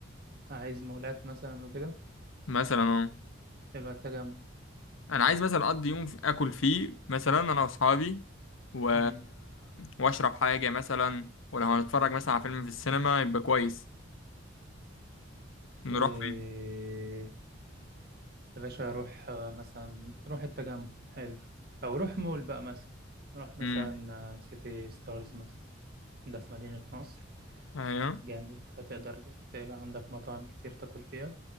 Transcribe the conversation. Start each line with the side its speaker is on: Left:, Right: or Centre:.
Right: عايز مولات مثلا وكده
Left: مثلا اه
Right: يبقى التجمع
Left: انا عايز مثلا اقضي يوم في- اكل فيه مثلا انا واصحابي و...
Right: امم
Left: واشرب حاجة مثلا ولو هنتفرج مثلا على فيلم في السينما يبقى كويس نروح
Right: إيه
Left: فين؟
Right: يا باشا روح آه، مثلا روح التجمع حلو او روح مول بقى مثلا روح مثلا
Left: امم
Right: آه، سيتي ستارز مثلا ده في مدينة نصر
Left: ايوه
Right: جامد هتقدر تبقى عندك مطاعم كتير تاكل فيها